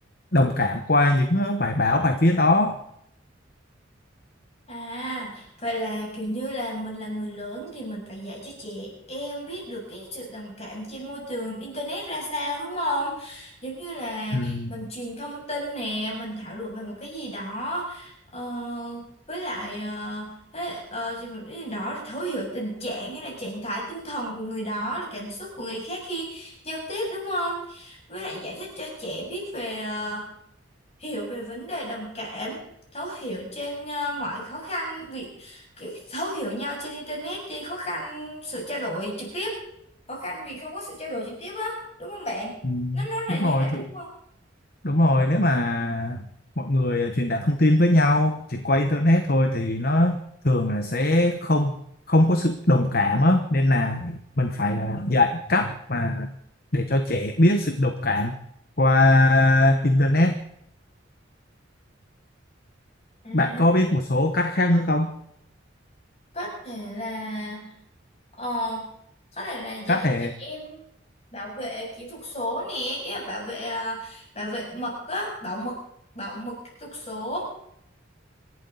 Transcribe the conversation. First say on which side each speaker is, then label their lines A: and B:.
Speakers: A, on the left; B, on the left.
A: đồng cảm qua những ờ, bài báo bài viết đó
B: À, vậy là kiểu như là mình là người lớn thì mình phải dạy cho trẻ em biết được cái sự đồng cảm trên môi trường internet ra sao đúng không? Giống như là
A: ừ,
B: mình truyền thông tin nè, mình thảo luận về một cái gì đó ờ, với lại ờ, thế- ờ, chừng- một cái gì đó thấu hiểu tình trạng hay là trạng thái tinh thần của người đó, là cảm xúc của người khác khi giao tiếp đúng không? Với lại giải thích cho trẻ biết về ờ, hiểu về vấn đề đồng cảm thấu hiểu trên ờ, mọi khó khăn việc cái- thấu hiểu nhau trên internet trên khó khăn sự trao đổi trực tiếp khó khăn vì không có sự trao đổi trực tiếp á đúng không bạn
A: ừ,
B: nó nó là
A: đúng
B: như
A: rồi
B: vậy
A: thử
B: đúng không
A: Đúng rồi, nếu mà mọi người à, truyền đạt thông tin với nhau chỉ qua internet thôi thì nó thường là sẽ không không có sự đồng cảm á nên là mình phải ờ, dạy cách mà để cho trẻ biết sự đồng cảm qua internet.
B: À,
A: Bạn có biết một số cách khác nữa không?
B: có thể là ờ, có thể là dạy
A: Cách để
B: chị em bảo vệ kỹ thuật số nè cái bảo vệ ờ, bảo vệ mật á bảo mật bảo mật kỹ thuật số